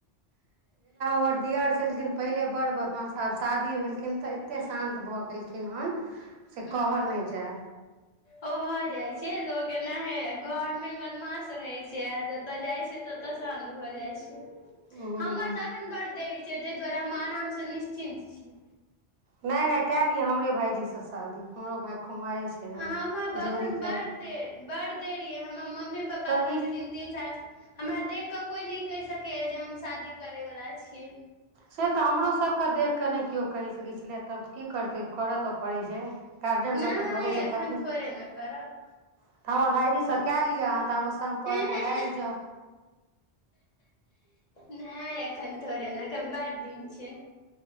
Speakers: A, on the right (about 75°); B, on the left (about 50°).
A: ओकर दियर छलखिन छलखिन पहिले बड़् बदमास आब शादी भेलखिन तऽ एतेक शान्त भऽ गेलखिन हन से
B: हँ
A: कहल नहि जाय
B: ओ भऽ जाइत छै लोक एनाहे घर मे बदमाश रहै छै आ ओतय जाइ छै त ओतय शान्त भऽ जाइ छै
A: जाय
B: हमर तऽ एखन बड् देरी छै ताहि दुआरे हम आरामसँ निश्चिन्त छी
A: नहि नहि कए लिअय हमरे भाायजी से शादी हमरो भाय कुमारे छै ने
B: हमर
A: जोड़ी
B: अखन
A: कए
B: बड़ देर बड़ देरी यै हमर मम्मी पापा
A: तऽ
B: कहैत
A: ई
B: छथिन तीन साल हमरा देख कऽ कोइ नहि कहि सकैए जे हम शादी करैवला छी
A: से तऽ हमरो सभ के देखि कऽ नहि केओ कहि सकैत छलै तऽ की करतै करय तऽ पड़ै छै गार्जियन
B: नहि
A: सबके तऽ लगै छै
B: एखन
A: कखन तऽ
B: थोड़े ने करब
A: हमर भाइजीसँ कए लिअ ताबे सम्पर्कमे
B: नहि
A: लाग जाउ
B: नहि एखन थोड़े ने एखन बड़ दिन छै